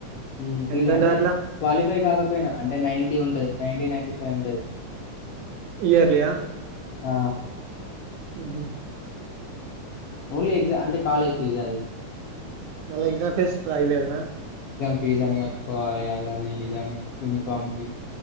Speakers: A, on the left; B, on the right.
A: మ్ ఫీ
B: ఎంత ఉంటది
A: అంటే
B: అట్లా
A: క్వాలిఫై కాకపోయినా అంటే నైటీ ఉంటది నైటి నైటి ఫైవ్ ఉంటది.
B: ఇయర్లియా?
A: ఆ
B: మ్ హ్
A: ఓన్లీ ఎక్జా అంటే కాలేజ్ ఫీజ్ అది.
B: మళ్ళ ఎగ్జామ్ ఫీజ్ మళ్ళ అయి వేరేనా
A: ఫీజు అని కట్టుకోవాలి అదని ఇదని యూనిఫామ్కి